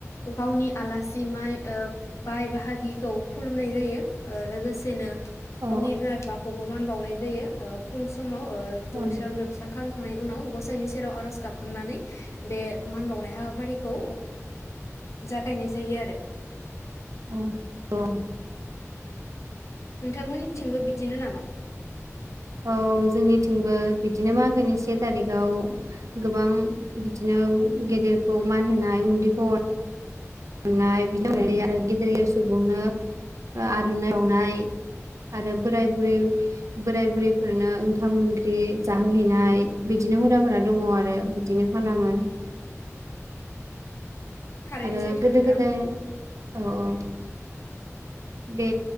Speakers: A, on the left; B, on the right.
A: गावनि आलासि माइ बाय बाहागिखौ खुलुमनाय जायो। ओ लोगोसेनो
B: औ
A: गावनि बिमा बिफा मान बावनाय जायो ओ फुं समाव। ओ दुैस्रां
B: औ
A: लोबस्रां खालाम खांनायनि उनाव गसाइनि सेराव आर'ज गाबखांनानै बे मान बावनाय हाबाफारिखौ जागायनाय जायो आरो
B: औ औ।
A: नोंथांमोननिथिंबो बिदिनो नामा?
B: औ जोंनिथिंबो बिदिनो मागोनि से थारिखाव गोबां बिदिनो गेदेरखौ मान होनाय उन्दैखौ अना अनाय बिदि आरो गेदेर गेदेर सुबुंनो आर'नाय बावनाय आरो बोराय बुरै बोराय बुरैफोरनो ओंखाम ओंख्रि जाहोहैनाय बिदिनो हुदाफोरा दङ आरो बिदिनो खालामो।
A: थारैनो
B: आरो
A: सैथो
B: गोदो
A: नोंथां
B: गोदाय औ औ बे